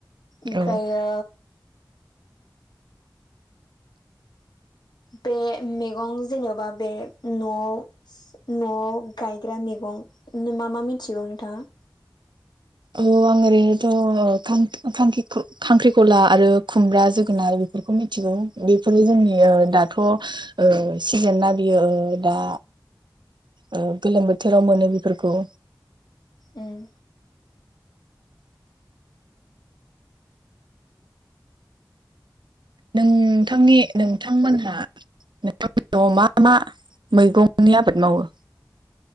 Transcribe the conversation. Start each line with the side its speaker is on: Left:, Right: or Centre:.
Left: ओमफ्रायो
Right: औ
Left: बे मैगं जेनेबा बे न'आव न'आव गायग्रा मैगं नि मा मा मिथिगौ नोंथाङा
Right: औ आं ओरैनोथ' खांख्रि खां-खांख्रिखला आरो खुमब्रा, जोगोनार बेखौ मिथिगौ बेफोरो जोंनि ओ दाथ' ओ सिजेनना बियो ओ दा ओ गोलोम बोथोराव मोनो बेफोरखौ
Left: उम
Right: नोंथांनि नोंथांमोनहा नोंथांनि न'आव मा मा मैगंनि आबाद मावो?